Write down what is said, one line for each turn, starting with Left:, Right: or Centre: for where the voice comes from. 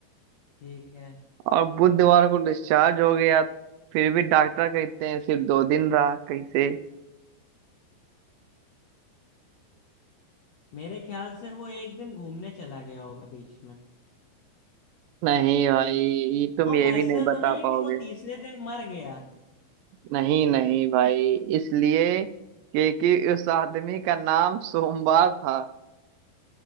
Left: ठीक है
Right: और बुधवार को डिस्चार्ज हो गया फिर भी डॉक्टर कहते हैं सिर्फ दो दिन रहा कैसे
Left: मेरे ख्याल से वो एक दिन घूमने चला गया होगा बीच में
Right: नहीं भाई ये तुम
Left: वो
Right: ये भी
Left: ऐसा
Right: नहीं बता
Left: तो नहीं है
Right: पाओगे
Left: कि वो तीसरे दिन मर गया
Right: नहीं नहीं भाई इसलिए क्योंकि उस आदमी का नाम सोमवार था